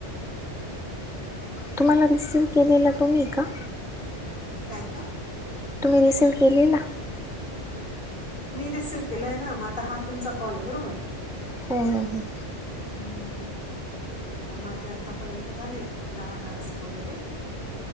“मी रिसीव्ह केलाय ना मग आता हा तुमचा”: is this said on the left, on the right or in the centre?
Left